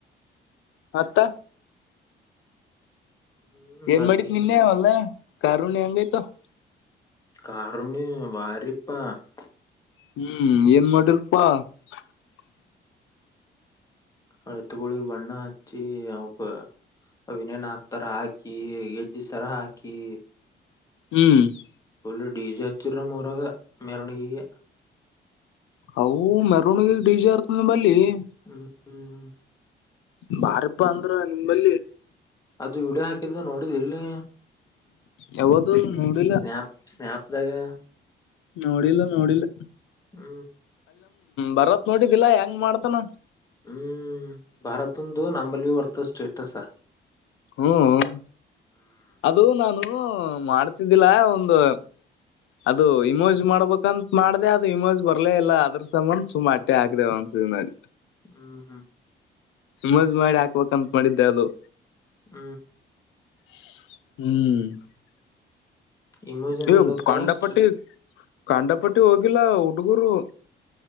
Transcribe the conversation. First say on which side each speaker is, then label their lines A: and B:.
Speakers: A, on the left; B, on the left.
A: ಮತ್ತ?
B: ಹ್ಮ್
A: ಏನ್
B: ಮತ್ತ
A: ಮಾಡಿದಿ ನಿನ್ನೆ ಹೊಲಾದಾಗ ಕಾರ ಹುಣಿವಿ ಹೆಂಗ್ ಅಯ್ತ ಓ <unintelligible>
B: ಕಾರುಣ್ಣಿಮೆ ಬಾರಿಪ್ಪಾ? <unintelligible>
A: ಹೂ ಏನ್ ಮಾಡಿರ್ಪಾ? <unintelligible>
B: ಅಎತ್ತುಗೂಳಿಗ ಬಣ್ಣ ಹಚ್ಚಿ ಅವಕ <unintelligible> ಅವ ಏನೇನ್ ಹಾಕ್ತಾರ ಹಾಕಿ ಗೆಜ್ಜೆ ಸರಾ ಹಾಕಿ. <unintelligible>
A: ಹೂ <unintelligible>
B: ಪುಲ್ ಡಿ ಜಿ ಹಚ್ಚಿದರ ನಮ್ಮ ಊರಾಗ್ ಮೆರವಣಿಗೆಗ <unintelligible>
A: ಅವು ಮೆರವಣಿಗೆ ಡಿಜೆ ಇರ್ತದ ನಮಲ್ಲಿ, <unintelligible>
B: ಹ್ಮ
A: ಬಾರಪ ಅಂದ್ರ ನಿಂಬಲ್ಲಿ
B: ಅದು ವಿಡಿಯೋ ಹಾಕಿದ್ದ ನೋಡಿದ್ ಇಲ್ಲಿ
A: ಯಾವದು ನೋಡಿಲ್ಲ
B: ಸ್ನ್ಯಪ್ ಸ್ನ್ಯಾಪ್ದಾಗೆ
A: ನೋಡಿಲ್ಲ ನೋಡಿಲ್ಲ
B: ಹ್ಮ
A: ಭಾರತ್ ನೋಡಿದ್ದಿಲ್ಲಾ ಹೆಂಗ ಮಾಡ್ತಾನ
B: ಹ್ಮ್ ಭಾರತಂದುು ನಂಬಲ್ವಿ ವರ್ತ ಸ್ಟೇಟ್ಸ
A: ಹ್ಮ್
B: ಹ್ಮ್
A: ಅದು ನಾನು ಮಾಡ್ತಿದ್ದಿಲ್ಲ ಒಂದು ಅದು ಇಮೋಜ್ ಮಾಡ್ಬೇಕಂತ ಮಾಡ್ದ ಅದು ಇಮೋಜ್ ಬರ್ಲೇ ಇಲ್ಲ ಅದ್ರ ಸಮಬಂ ಸುಮಟ್ಟೆ ಹಾಕ್ದೆವ ನಾ <inaudible>
B: ಹ್ಮ್ ಹ್ಮ್
A: ಮಜ್ ಮಾಡಿ ಹಾಕ್ಬೇಕಕ್ಂತ ಮಾಡಿದ್ದೆ ಅದು
B: ಹ್ಮ
A: ಹ್ಮ್
B: ಇಮೋಜನಲ್
A: ಹೇ
B: ಕಾಸ್ಟ್
A: ಕಂಡಪಟ್ಟಿ ಕಾಂಡಪಟ್ಟಿ ಹೋಗಿಲ್ಲ ಹುಡುಗರು